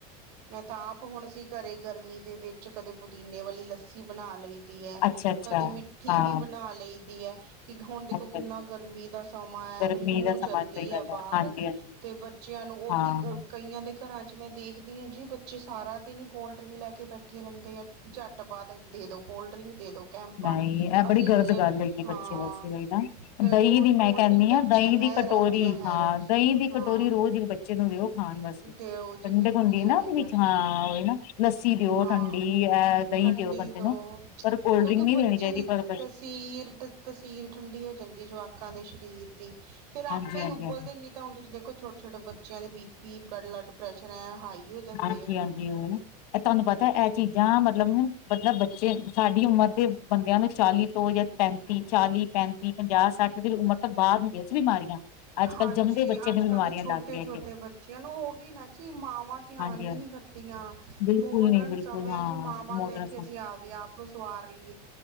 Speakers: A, on the right (about 80°); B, on the left (about 75°).
A: ਮੈਂ ਤਾਂ ਆਪ ਹੁਣ ਅਸੀਂ ਘਰੇ ਗਰਮੀ ਦੇ ਵਿੱਚ ਕਦੇ ਪੁਦੀਨੇ ਵਾਲੀ ਲੱਸੀ ਬਣਾ ਲਈ। ਦੀ ਐ,
B: ਅੱਛਾ ਅੱਛਾ
A: ਕਦੇ ਮਿੱਠੀ
B: ਹਾਂ
A: ਵੀ ਬਣਾ ਲਈਦੀ ਐ। ਕਿ ਹੁਣ ਦੇਖੋ
B: ਅੱਛਾ
A: ਕਿੰਨਾ
B: ਅੱਛਾ
A: ਗਰਮੀ ਦਾ ਸਮਾਂ ਐ
B: ਗਰਮੀ
A: ਤੇ ਲੂ
B: ਦਾ ਸਮਾਂ
A: ਚੱਲਦੀ
B: ਸਹੀ
A: ਏ
B: ਗੱਲ ਹੈ
A: ਬਾਹਰ।
B: ਹਾਂਜੀ ਹਾਂਜੀ
A: ਤੇ ਬੱਚਿਆਂ ਨੂੰ ਉਹੀ
B: ਹਾਂ
A: ਕਈਆਂ ਦੇ ਘਰਾਂ 'ਚ ਮੈਂ ਦੇਖਦੀ ਹਾਂ ਜੀ ਬੱਚੇ ਸਾਰਾ ਦਿਨ ਹੀ ਕੋਲਡ ਡਰਿੰਕ ਲੈ ਕੇ ਬੈਠੇ ਰਹਿੰਦੇ ਆ, ਝੱਟ ਬਾਅਦ ਦੇ ਦੋ ਕੋਲਡ ਡਰਿੰਕ ਦੇ ਦੋ। ਕੈਂਪਾਂ
B: ਨਹੀਂ ਇਹ ਬੜੀ
A: ਅਸੀਂ
B: ਗ਼ਲਤ
A: ਨੀ
B: ਗੱਲ ਹੈਗੀ
A: ਹਾਂ
B: ਬੱਚੇ ਵਾਸਤੇ ਉਹੀ ਨਾ,
A: ਤੇ
B: ਦਹੀ
A: ਕੋ
B: ਦੀ ਮੈਂ
A: ਕੋਲਡ
B: ਕਹਿੰਦੀ
A: ਡਰਿੰਕ ਤਾਂ
B: ਆ ਦਹੀਂ
A: ਜ਼ਹਿਰ
B: ਦੀ ਕਟੋਰੀ
A: ਹੈ ਜ਼ਹਿਰ
B: ਹਾਂ ਦਹੀਂ ਦੀ
A: ਹਾਂ
B: ਕਟੋਰੀ ਰੋਜ਼ ਇੱਕ ਬੱਚੇ ਨੂੰ ਦਿਓ ਹਾਂ ਬਸ,
A: ਦਿਓ ਜੀ
B: ਠੰਡਕ
A: ਬਿਲਕੁਲ
B: ਹੁੰਦੀ
A: ਸਹੀ
B: ਨਾ ਉਹਦੇ ਵਿੱਚ
A: ਗੱਲ
B: ਹਾਂ, ਉਹੀ ਨਾ ਲੱਸੀ ਦਿਓ
A: ਹਾਂ
B: ਠੰਡੀ ਦਹੀਂ
A: ਠੰਡੀ
B: ਦਿਓ ਬੰਦੇ
A: ਤੋਂ
B: ਨੂੰ ਪਰ ਕੋਲਡ
A: ਕਿਉਂਕਿ
B: ਡਰਿੰਕ ਨਹੀਂ
A: ਬੱਚੇ
B: ਦੇਣੀ ਚਾਹੀਦੀ
A: ਦੀ
B: ਪਰ
A: ਤਸੀਰ ਤਸੀਰ ਠੰਡੀ ਹੋ ਜਾਂਦੀ ਏ ਜਵਾਕਾਂ ਦੇ ਸਰੀਰ ਦੀ, ਫੇਰ ਆਪੇ
B: ਹਾਂਜੀ
A: ਹੀ
B: ਹਾਂਜੀ
A: ਉਬਲਦੇ
B: ਹਾਂਜੀ
A: ਤਾਂ ਹੁਣ ਤੁਸੀਂ ਦੇਖੋ ਛੋਟੇ ਛੋਟੇ ਬੱਚਿਆਂ ਦੇ ਬੀ ਪੀ, ਬਲੱਡ ਪ੍ਰੈਸ਼ਰ ਐ ਹਾਈ ਹੋ ਜਾਂਦੇ
B: ਹਾਂਜੀ
A: ਆ
B: ਹਾਂਜੀ ਉਹੀ ਨਾ, ਇਹ ਤੁਹਾਨੂੰ ਪਤਾ ਇਹ ਚੀਜ਼ਾਂ ਮਤਲਬ ਮਤਲਬ ਬੱਚੇ ਸਾਡੀ ਉਮਰ ਦੇ ਬੰਦਿਆਂ ਨੂੰ ਚਾਲੀ ਤੋਂ ਜਾਂ ਪੈਂਤੀ ਚਾਲੀ, ਪੈਂਤੀ, ਪੰਜਾਹ, ਸੱਠ ਦੀ ਉਮਰ ਤੋਂ ਬਾਅਦ ਵਿੱਚ ਬਿਮਾਰੀਆਂ ਅੱਜ
A: ਹਾਂਜੀ,
B: ਕੱਲ੍ਹ ਜੰਮਦੇ ਬੱਚੇ
A: ਅੱਜ
B: ਨੂੰ
A: ਕੱਲ੍ਹ
B: ਬਿਮਾਰੀਆਂ
A: ਤਾਂ ਛੋਟੇ
B: ਲੱਗ ਰਹੀਆਂ
A: ਛੋਟੇ ਬੱਚਿਆ ਨੂੰ ਉਹੀ ਨਾ ਜੀ ਮਾਵਾਂ ਧਿਆਨ
B: ਹਾਂਜੀ
A: ਵੀ
B: ਹਾਂ
A: ਨੀ ਕਰਦੀਆਂ
B: ਬਿਲਕੁਲ
A: ਮੋਡਰਨ
B: ਨਹੀਂ ਬਿਲਕੁਲ
A: ਸਮਾਂ
B: ਹਾਂ
A: ਹੈ ਜੀ ਮਾਵਾਂ
B: ਮੋਡਰਨ
A: ਨੂੰ ਐ ਕਿ ਅਸੀਂ ਆਪਦੇ ਹਾਂ ਆਪ ਨੂੰ ਸਵਾਰ ਲਈਏ